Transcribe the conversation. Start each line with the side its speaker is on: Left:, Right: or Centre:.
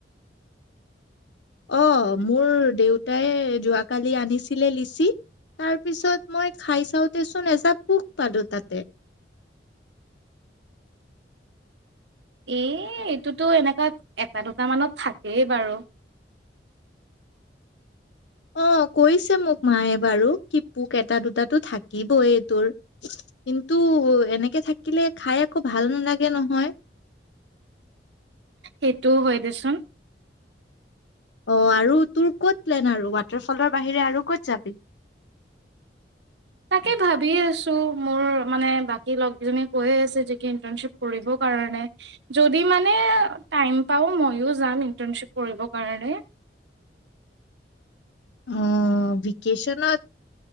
Left: অ' মোৰ দেউতাই যোৱাকালি আনিছিলে লিচি তাৰপিছত মই খাই চাওঁতেচোন এজ পোক পালো তাতে
Right: এ এইটোতো এনেককা এটা দুট মানত থাকেই বাৰু।
Left: অ কৈছে মোক মায়ে বাৰু কি পোক এটা দুটাটো থাকিবই এই তোৰ কিন্তু এনেকে থাকিলে খাই আকৌ ভাল নালাগে নহয়।
Right: সেইটোও হয় দেচোন
Left: অ' আৰু তোৰ ক'ত প্লেন আৰু ৱাটাৰফলৰ বাহিৰে আৰু ক'ত যাবি।
Right: তাকে ভাবি আছো মোৰ মানে বাকী লগজনী কৈ আছে যে কি ইণ্টাৰ্ণশ্বিপ কৰিব কাৰণে যদি মানে টাইম পাওঁ মইও যাম ইন্টাৰ্ণশ্বিপ কৰিবৰ কাৰণে।
Left: হম ভেকেচনত